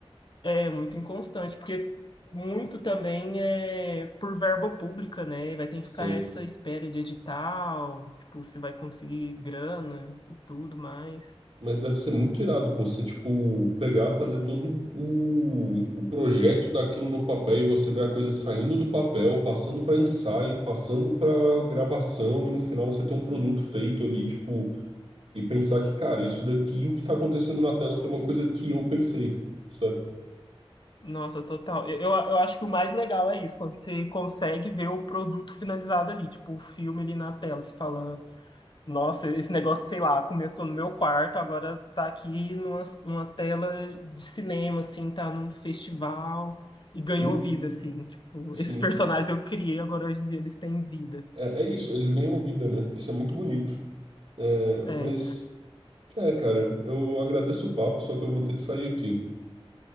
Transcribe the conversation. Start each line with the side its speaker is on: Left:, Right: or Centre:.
Left: É muito inconstante, porque muito também é por verba pública, né? Vai ter que ficar
Right: Sei.
Left: essa espera de edital, tipo, se vai conseguir grana e tudo mais.
Right: Mas deve ser muito irado você, tipo, pegar, fazer todo o, o projeto daquilo no papel e você ver a coisa saindo do papel, passando para ensaio, passando para gravação e no final você ter um produto feito ali, tipo, e pensar que, cara, isso daqui, o que tá acontecendo na tela foi uma coisa que eu pensei, sabe?
Left: Nossa, total. Eu, eu eu acho que o mais legal é isso, quando você consegue ver o produto finalizado ali, tipo, o filme ali na tela. Você fala, Nossa, esse negócio, sei lá, começou no meu quarto, agora tá aqui numa, numa tela de cinema, assim, tá num festival e ganhou
Right: Uhum,
Left: vida, assim. Tipo,
Right: sim.
Left: esses personagens eu criei, agora hoje em dia eles têm vida.
Right: É, é isso, eles ganham vida, né? Isso é muito bonito. É,
Left: É.
Right: mas, é, cara, eu agradeço o papo, só que eu vou ter que sair aqui.